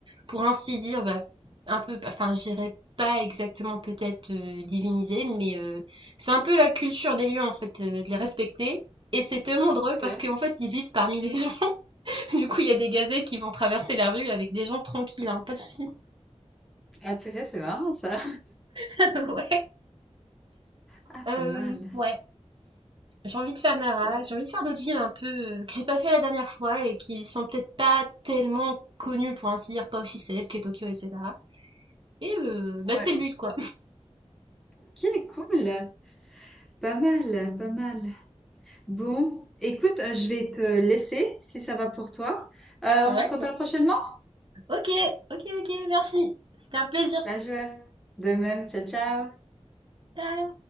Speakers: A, on the right; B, in the centre.
A: pour ainsi dire, bah, un peu, enfin, je dirais pas exactement peut-être euh, divinisés, mais euh, c'est un peu la culture des lions, en fait, euh, de les respecter. Et c'est tellement drôle
B: Ok.
A: parce qu'en fait, ils vivent parmi les gens. <laughs> Du coup, il y a des gazelles qui vont traverser la rue avec des gens tranquilles, hein, pas de soucis.
B: Ah, purée, c'est marrant ça.
A: <laughs> Ouais.
B: Ah,
A: Euh,
B: pas mal.
A: ouais. J'ai envie de faire Nara,
B: Ouais.
A: j'ai envie de faire d'autres villes un peu euh, que j'ai pas fait la dernière fois et qui sont peut-être pas tellement connues, pour ainsi dire, pas aussi célèbres que Tokyo, etc. Et euh, bah,
B: Ouais.
A: c'est le but, quoi.
B: Ok, cool. Pas mal, pas mal. Bon, écoute, euh, je vais te laisser si ça va pour toi. Euh,
A: Ouais,
B: on se reparle
A: bah, c'est-
B: prochainement?
A: ok, ok, ok, merci. C'était un plaisir.
B: Ça joue. De même, ciao, ciao.
A: Ciao.